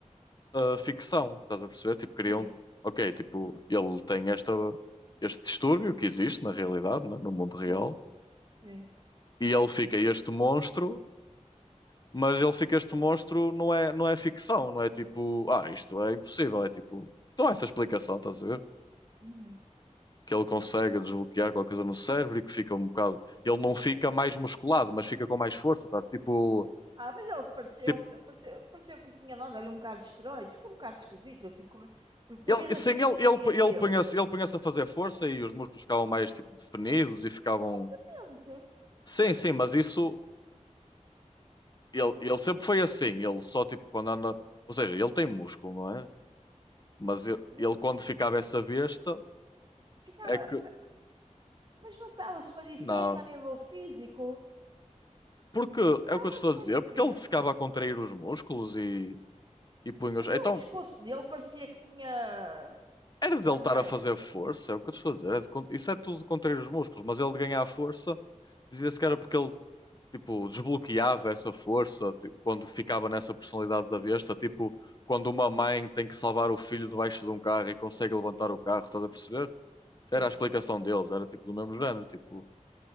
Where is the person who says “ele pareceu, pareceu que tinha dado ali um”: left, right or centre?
Right